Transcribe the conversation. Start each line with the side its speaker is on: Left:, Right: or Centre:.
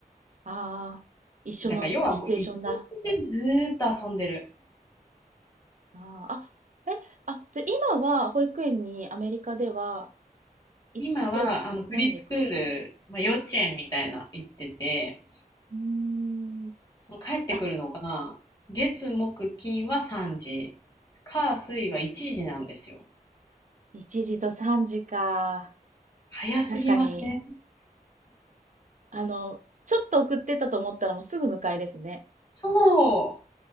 Right: ああ、一緒のシチュエーションだ。
Left: だから要はもう一日中ずーっと遊んでる。
Right: あーあ、え、あ、じゃあ今は保育園にアメリカでは行ってはないんですか
Left: 今はあのプリスクール、まあ、幼稚園みたいな行ってて、
Right: うーん。
Left: もう帰ってくるのが月木金は3時、
Right: あ、
Left: 火水は1時なんですよ。
Right: 1時と3時か。
Left: 早すぎません
Right: 確かに、あの、ちょっと送ってたと思ったらもうすぐ迎えですね。
Left: そう、も